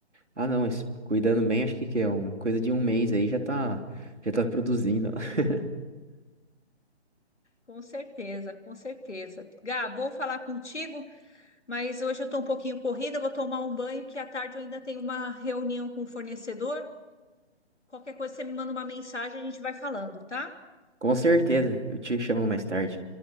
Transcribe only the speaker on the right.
Ah, não, mas cuidando bem, acho que, que é um, coisa de um mês aí já tá, já tá produzindo. <laughs>
Com certeza, eu te chamo mais tarde.